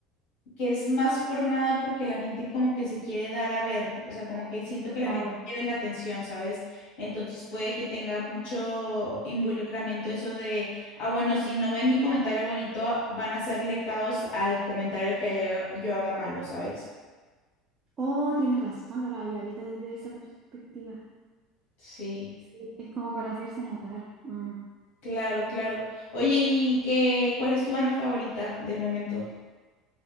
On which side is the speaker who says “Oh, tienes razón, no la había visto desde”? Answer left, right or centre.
Right